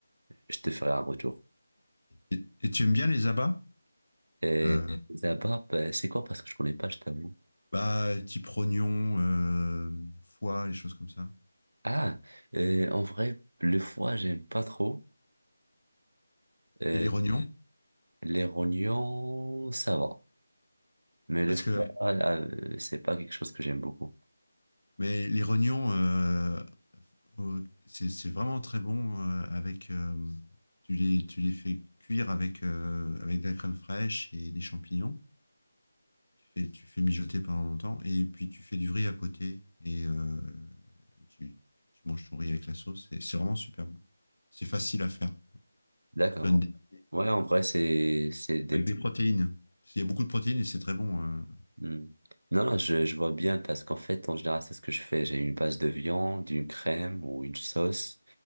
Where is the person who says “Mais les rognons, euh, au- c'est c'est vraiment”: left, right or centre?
Left